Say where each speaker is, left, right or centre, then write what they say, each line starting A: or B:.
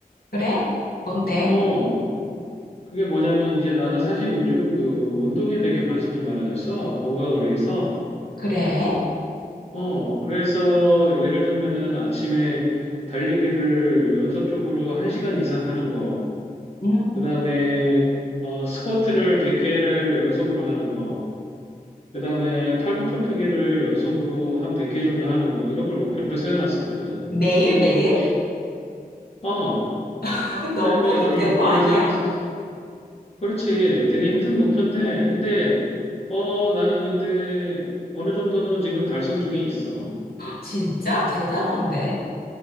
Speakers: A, on the left (about 80°); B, on the left (about 40°).
A: 그래? 뭔데?
B: 어, 그게 뭐냐면 이제 나는 사실 요즘 그 운동에 되게 관심이 많아졌어. 건강을 위해서.
A: 그래?
B: 어, 그래서 예를 들면은 아침에 달리기를 연속적으로 1시간 이상 하는 거,
A: 음.
B: 그 다음에 어, 스쿼트를 100개를 연속으로 하는 거, 그 다음에 팔굽혀펴기를 연속으로 한 100개 정도 하는 거, 이런 걸 목표로 세워놨었거든.
A: 매일매일?
B: 어,
A: <laughs> 너무
B: 매일매일
A: 힘든
B: 그런 목표를
A: 거 아니야?
B: 세워놨었어. 그렇지. 되게 힘든 목표인데, 근데, 어, 나는 근데 어느 정도는 지금 달성 중에 있어.
A: 진짜 대단한데?